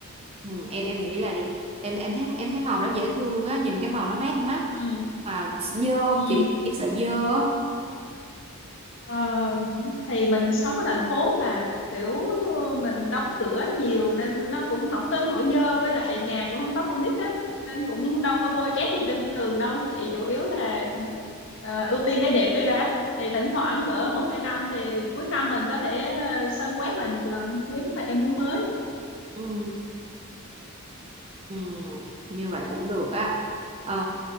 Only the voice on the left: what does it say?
ừ
ừ
Ờ, thì mình sống ở thành phố mà kiểu mình đóng cửa nhiều nên nó cũng không tới nỗi dơ với lại nhà cũng không có con nít á nên cũng đâu có bôi trét gì trên tường đâu chị chủ yếu là ờ, ưu tiên cái đẹp trước đã thì thỉnh thoảng cỡ một hai năm thì cuối năm mình có thể ờ, sơn quét lại một lần nếu mà em muốn mới